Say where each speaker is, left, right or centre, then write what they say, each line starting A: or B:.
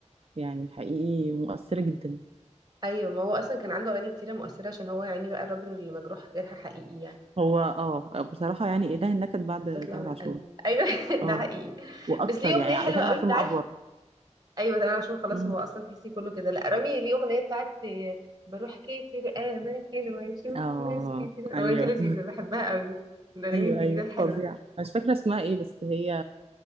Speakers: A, on the right; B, on the right.
A: يعني حقيقي مؤثرة جدا
B: أيوة ما هو أصلا كان عنده أغاني كتيرة مؤثرة عشان هو يعني بقى الراجل اللي مجروح جرح حقيقي يعني
A: هو اه بصراحة يعني إله النكد بعد
B: بتطلع
A: تامر
B: من
A: عاشور
B: قلبه أيوة <laughs>
A: اه
B: ده حقيقي
A: وأكتر
B: بس ليه أغنية
A: يعني
B: حلوة
A: تامر
B: قوي
A: عاشور
B: بتاعت
A: مأفور
B: أيوة تمام عاشور خلاص
A: مم.
B: هو أصلا تحسي كله كده لأ رامي ليه أغنية بتاعت آه، بروح كتير أماكن وأشوف
A: اه
B: ناس كتير الأغنية
A: أيوه
B: دي لذيذة بحبها قوي من الأغاني
A: أيوه
B: الجديدة
A: أيوه
B: الحلوة
A: فظيع مش فاكرة اسمها إيه بس هي